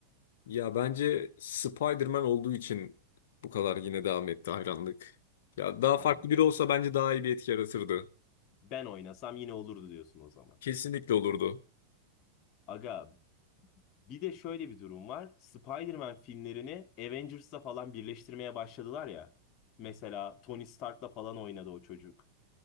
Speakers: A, on the left; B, on the left.
A: Ya bence Spider-Man olduğu için bu kadar yine devam etti hayranlık. Ya daha
B: Ha,
A: farklı biri olsa bence daha iyi bir etki yaratırdı.
B: ben oynasam yine olurdu diyorsun o zaman.
A: Kesinlikle olurdu.
B: Aga Bir de şöyle bir durum var. Spider-Man filmlerini Avengers'la falan birleştirmeye başladılar ya. Mesela Tony Stark'la falan oynadı o çocuk.